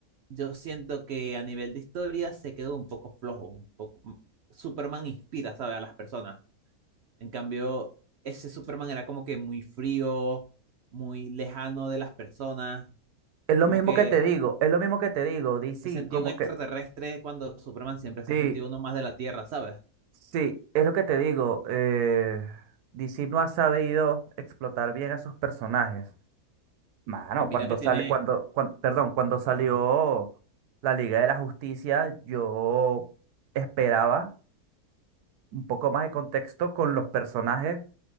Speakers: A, on the right; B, on the right.
A: yo siento que a nivel de historia se quedó un poco flojo, un poco... mm, Superman inspira, ¿sabes? A las personas En cambio, ese Superman era como que muy frío, muy lejano de las personas,
B: Es lo
A: como
B: mismo
A: que
B: que te digo, es lo mismo que te digo, DC,
A: se sentía
B: como
A: un extraterrestre
B: que...
A: cuando Superman siempre se
B: Sí,
A: ha sentido uno más de la Tierra, ¿sabes?
B: sí, es lo que te digo, eh, DC no ha sabido explotar bien a sus personajes. Mano,
A: Y mira
B: cuando
A: que tiene,
B: sale, cuando, cuan- perdón, cuando salió la Liga de la Justicia, yo esperaba un poco más de contexto con los personajes